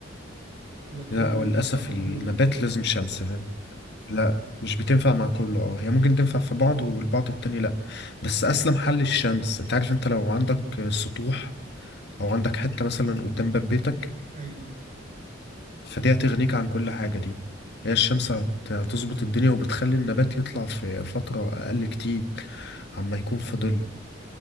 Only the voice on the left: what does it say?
لا
وللأسف
النبات
لازم
شمس فاهم لا مش بتنفع مع كله اه هي ممكن تنفع في بعض والبعض التاني لا بس أسلم حل الشمس انت عارف انت لو عندك سطوح أو عندك حتة مثلا قدام باب بيتك
فدي هتغنيك عن كل حاجة دي هي الشمس هت- هتظبط الدنيا وبتخلي النبات يطلع في فترة أقل كتير عما يكون في ظل